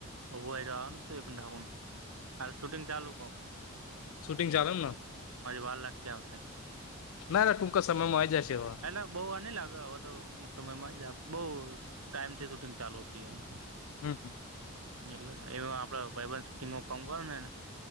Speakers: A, on the right; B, on the left.
A: હય રવાનું છે એ ઢાકું હા શૂટિંગ ચાલુ કક.
B: શૂટિંગ ચાલે ના
A: વાર લાગશે આવતે
B: ના ટુક જ સમયમાં આવી જશે છે એવા.
A: પેલા બહુ વાર નહ લાગે આવા તો ટૂંક સમય માં જ આપ બહુ ટાઈમથી શૂટિંગ ચાલુ હોતી એનું.
B: હમ હ.
A: એટલે એ આપડે ભાઈબ શૂટિંગ કામ કર નેને